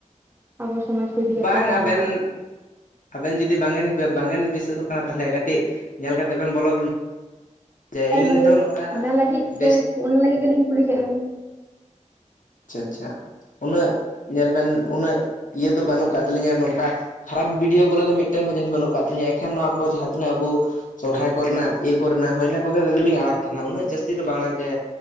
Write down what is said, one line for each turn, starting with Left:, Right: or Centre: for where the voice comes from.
Right: ᱟᱵᱚ ᱥᱚᱢᱟᱡ ᱠᱚ ᱤᱫᱤ ᱠᱟᱛᱮᱜ
Left: ᱵᱟᱝ
Right: ᱡᱟᱦᱟᱸ
Left: ᱟᱵᱮᱱ ᱟᱵᱮᱱ ᱡᱩᱫᱤ ᱵᱟᱝ ᱵᱟᱝᱵᱮᱱ ᱵᱤᱥᱚᱥᱚᱜ ᱠᱟᱱᱟ ᱛᱟᱦᱚᱞᱮ ᱠᱟᱹᱴᱤᱡ ᱧᱮᱞ ᱠᱟᱛᱮᱫ ᱵᱮᱱ ᱵᱚᱞᱚ ᱡᱮ
Right: ᱦᱳᱭ
Left: ᱤᱧ
Right: ᱦᱳᱭ
Left: ᱫᱚ ᱱᱚᱝᱠᱟ
Right: ᱚᱱᱟ ᱞᱟᱹᱜᱤᱫ
Left: ᱵᱮᱥ
Right: ᱛᱮ ᱚᱱᱟ ᱞᱟᱹᱜᱤᱫ ᱜᱮᱞᱤᱧ ᱠᱩᱞᱤ ᱠᱮᱫ ᱵᱮᱱᱟ᱾
Left: ᱟᱪᱪᱷᱟ ᱟᱪᱪᱷᱟ ᱩᱱᱟᱹᱜ ᱧᱮᱞ ᱵᱮᱱ ᱩᱱᱟᱹᱜ ᱤᱭᱟᱹ ᱫᱚ ᱵᱟᱹᱱᱩᱜ ᱟᱠᱟᱫ ᱛᱟᱹᱞᱤᱧᱟ ᱱᱚᱝᱠᱟ ᱠᱷᱟᱨᱟᱯ ᱵᱷᱤᱰᱭᱳ ᱵᱚᱞᱮ ᱫᱚ ᱢᱤᱫᱴᱮᱱ ᱦᱚᱸ ᱡᱤᱱᱤᱥ ᱵᱟᱹᱱᱩᱜ ᱟᱠᱟᱫ ᱛᱤᱧᱟᱹ ᱮᱱᱠᱷᱟᱱ ᱱᱚᱣᱟ ᱠᱚ ᱡᱟᱦᱟᱸ ᱛᱤᱱᱟᱹᱜ ᱟᱵᱚ ᱥᱚᱨᱦᱟᱭ ᱠᱚᱨᱮᱱᱟᱜ ᱤᱭᱟᱹ ᱠᱚᱨᱮᱱᱟᱜ ᱦᱳᱡᱱᱟ ᱤᱱᱟᱹ ᱠᱚᱜᱮ ᱜᱮᱞᱤᱧ ᱟᱲᱟᱜ ᱛᱟᱦᱮᱱᱟ ᱩᱱᱟᱹᱜ ᱡᱟᱹᱥᱛᱤ ᱫᱚ ᱵᱟᱝᱟ ᱡᱮ